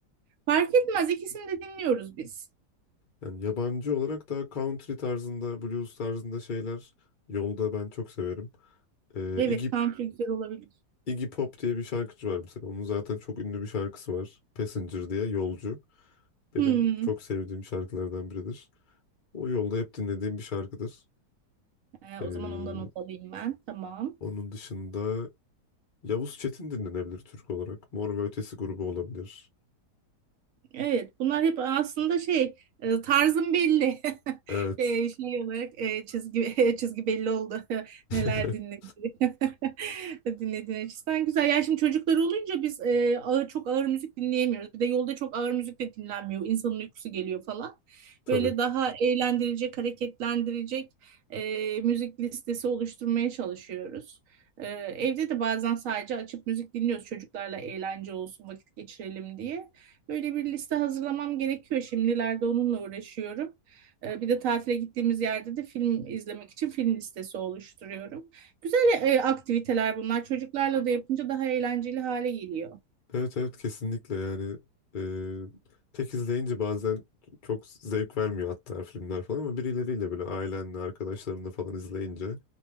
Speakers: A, on the right (about 65°); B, on the left (about 45°).
A: Fark etmez, ikisini de dinliyoruz biz.
B: Yani yabancı olarak da country tarzında, blues tarzında şeyler yolda ben çok severim. E,
A: Evet,
B: Iggy,
A: country güzel olabilir.
B: Iggy Pop diye bir şarkıcı var mesela. Onun zaten çok ünlü bir şarkısı var. Passenger diye yolcu. Benim
A: Hmm.
B: çok sevdiğim şarkılardan biridir. O yolda hep dinlediğim bir şarkıdır.
A: Ee,
B: Ee,
A: o zaman ondan not alayım ben. Tamam.
B: onun dışında Yavuz Çetin dinlenebilir Türk olarak. Mor ve Ötesi grubu olabilir.
A: Evet, bunlar hep aslında şey e, tarzım belli <laughs>
B: Evet.
A: E, şey olarak e, çizgi <laughs> çizgi belli oldu <laughs>
B: <laughs>
A: neler dinlediği <laughs> dinlediğin açısından güzel. Ya şimdi çocuklar olunca biz e, ağır, çok ağır müzik dinleyemiyoruz. Bir de yolda çok ağır müzik de dinlenmiyor. İnsanın uykusu geliyor falan.
B: Tabii.
A: Böyle daha eğlendirecek, hareketlendirecek e, müzik listesi oluşturmaya çalışıyoruz. E, evde de bazen sadece açıp müzik dinliyoruz çocuklarla eğlence olsun, vakit geçirelim diye. Böyle bir liste hazırlamam gerekiyor şimdilerde onunla uğraşıyorum. Ee, Bir de tatile gittiğimiz yerde de film izlemek için film listesi oluşturuyorum. Güzel e, aktiviteler bunlar. Çocuklarla da yapınca daha eğlenceli hale geliyor.
B: Evet evet kesinlikle yani eee, tek izleyince bazen çok zevk vermiyor hatta filmler falan ama birileriyle böyle ailenle arkadaşlarınla falan izleyince